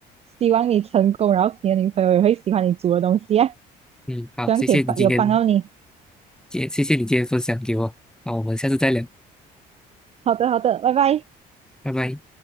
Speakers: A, on the right; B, in the centre.
A: 希望你成功，然后你的女朋友也会喜欢你煮的东西啊，希
B: 嗯，好，
A: 望可以帮有帮到你。
B: 谢谢你今天，谢谢谢你今天分享给我，那我们下次再聊，
A: 好的，好的，拜拜。
B: 拜拜。